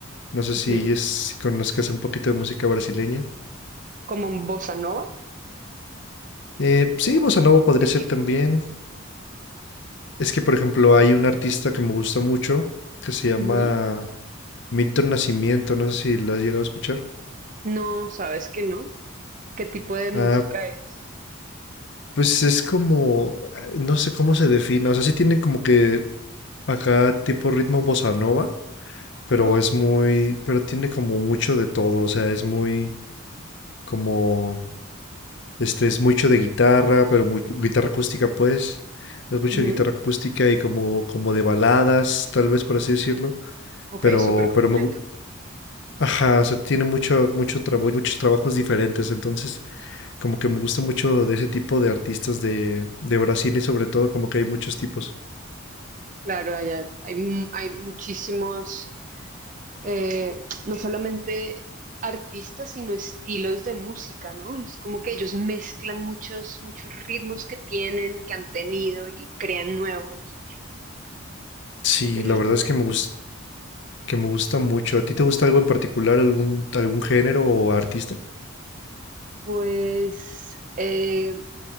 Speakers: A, on the left; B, on the right.
A: No sé
B: Ujú.
A: si, es, si conozcas un poquito de música brasileña.
B: <laughs> ¿Como bossa nova?
A: Eh,
B: ¿O,
A: sí, bossa nova podría
B: o qué
A: ser
B: tipo?
A: también. Es que, por ejemplo, hay un artista que me gusta mucho que se llama
B: Ujú.
A: Milton Nascimento. No sé si lo has llegado a escuchar.
B: No, sabes que no. ¿Qué tipo de música
A: Ah,
B: es?
A: pues es como, ah, no sé cómo se define, o sea, sí tiene como que Acá tipo ritmo bossa nova,
B: Ajá.
A: pero es muy, pero tiene como mucho de todo, o sea, es muy como, este, es mucho de guitarra, pero muy, guitarra acústica pues, es mucho
B: Ujú.
A: de guitarra acústica y como, como de baladas, tal vez por así decirlo,
B: Ok,
A: pero,
B: súper completo.
A: pero me, gu- ajá, o sea, tiene mucho, mucho trabajo, muchos trabajos diferentes, entonces Como que me gusta mucho de ese tipo de artistas de, de Brasil y sobre todo como que hay muchos tipos.
B: Claro, allá hay, mu- hay muchísimos. eh, no solamente artistas, sino estilos de música, ¿no? Es como que ellos mezclan muchos, muchos ritmos que tienen, que han tenido y crean nuevos.
A: Sí,
B: Creo que ellos
A: la verdad
B: tienen.
A: es que me gusta, que me gusta mucho. ¿A ti te gusta algo en particular, algún, algún género o artista?
B: Pues eh,